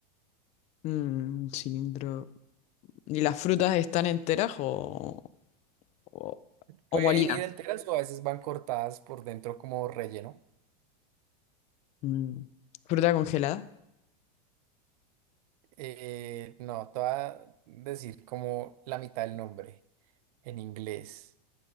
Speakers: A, on the left (about 35°); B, on the right (about 65°).
A: Mm, cilindro. ¿Y las frutas están enteras o, o, o
B: Pueden
A: molidas?
B: ir enteras o a veces van cortadas por dentro como relleno.
A: Mm, ¿Fruta congelada?
B: Eh, no, te voy a decir como la mitad del nombre. en inglés.